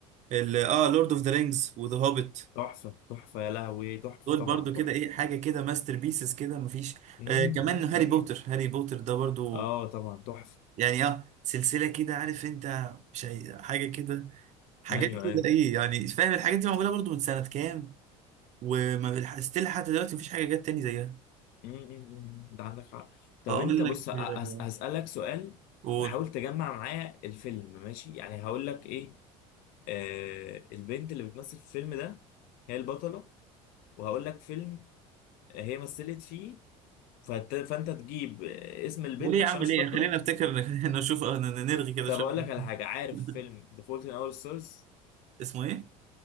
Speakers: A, on the right; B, on the left.
A: ال- اه لورد اوف ذا رينجز وذا هوبيت
B: تحفه تحفه يا لهوي تحفه
A: دول
B: طبعا
A: برضو
B: تحفه
A: كده ايه حاجه كده ماستر بيسز كده مفيش
B: مم،
A: آه كمان
B: مم،
A: هاري
B: مم.
A: بوتر هاري بوتر ده برضو
B: اه طبعا تحفه
A: يعني اه سلسله كده عارف انت مش هي- حاجه كده حاجات
B: ايوه
A: كده
B: ايوه
A: ايه يعني فاهم الحاجات دي معموله برضو من سنه كام وما ستيل حتى دلوقتي مفيش حاجه جت تاني زيها
B: مم، مم، مم. انت عندك حق طب
A: اقول
B: انت بص
A: لك
B: أ- هس-
A: آه،
B: هسألك سؤال
A: قول
B: وحاول تجمع معايا الفيلم ماشي يعني هقول لك ايه آه البنت اللي بتمثل في الفيلم ده هي البطله وهقول لك فيلم هي مثلت فيه فت... فانت تجيب اسم البنت
A: وليه يا
B: عشان
A: عم
B: مش
A: ليه
B: فاكره
A: خلينا نفتكر <laughs> خلينا نشوف آه، ن- نرغي كده
B: طب
A: شويه
B: اقول لك على حاجه عارف
A: <laughs>
B: فيلم The Fault in Our Stars
A: اسمه ايه